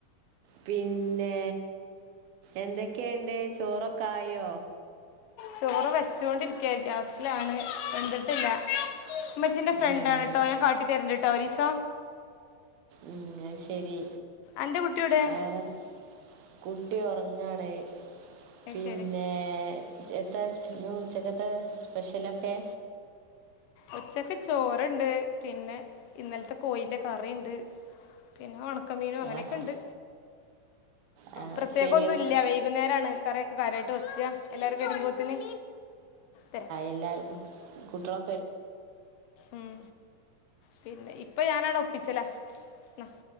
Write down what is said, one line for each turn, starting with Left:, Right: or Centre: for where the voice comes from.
Right: പിന്നേ എന്തൊക്കെയ്ണ്ട് ചോറൊക്കായൊ.
Left: ചോറ് വെച്ചുണ്ടിരിക്ക്യ ഗ്യാസിലാണ് വെന്തിട്ടില്ല. മ്മച്ചിന്റെ ഫ്രണ്ടാണ്
Right: ഉം,
Left: ട്ടൊ ഞാൻ കാട്ടി തരണ്ടിട്ടോ ഒരീസോ.
Right: ഉം അത്ശരി
Left: എൻ്റെ കുട്ടിയുടെ
Right: വേറെ. കുട്ടി ഒറങ്ങാണ് പിന്നെ.
Left: ശരി
Right: എത്ത ന്ന് ഉച്ചക്കത്തെ സ്പഷലൊക്കെ.
Left: ഉച്ചക്ക് ചോറിണ്ട് പിന്നെ ഇന്നലത്തെ കോയിന്റെ കറിണ്ട്. പിന്നെ ഒണക്കമീനും അങ്ങനെയൊക്കെണ്ട്.
Right: ആഹാ. ആ,
Left: പ്രത്യേകൊന്നുല്യ
Right: ഉപ്പേരിയോ
Left: വൈകുന്നേരാണ് കറിയൊക്കെ കാര്യായിട്ട് വെക്ക എല്ലാരും വരുമ്പോ. ത്തിന് തെരാ.
Right: എല്ലാർക്കും കുട്ടോള്
Left: ഉം പിന്നെ ഇപ്പ ഞാനാണ് ഒപ്പി ച്ചല ന്ന